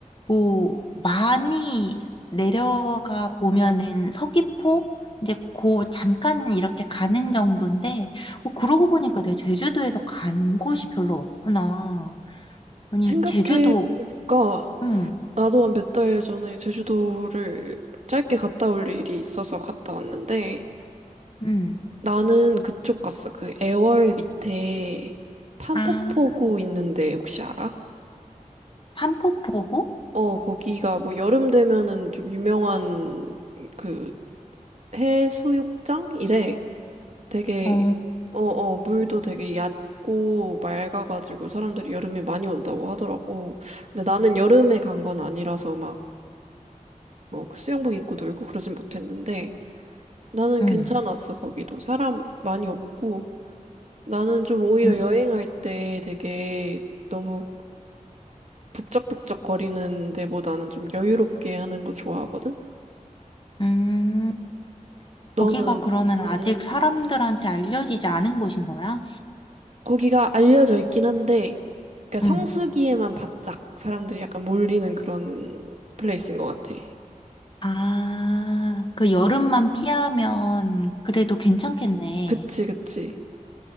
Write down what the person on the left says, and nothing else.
뭐 많이 내려가 보면은 서귀포 이제 고 잠깐 이렇게 가는 정도인데 뭐 그러고 보니까 내가 제주도에서 간 곳이 별로 없구나. 아니
제주도 응,
응.
아,
판포포구?
어,
응,
응,
음.
거기가 그러면
아직 사람들한테 알려지지 않은 곳인 거야?
응.
아, 그 여름만 피하면 그래도 괜찮겠네.